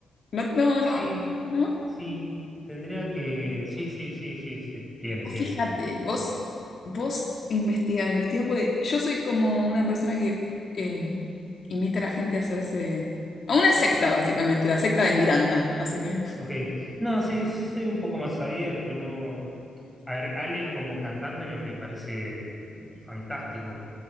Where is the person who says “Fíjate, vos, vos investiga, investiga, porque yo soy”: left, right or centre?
Left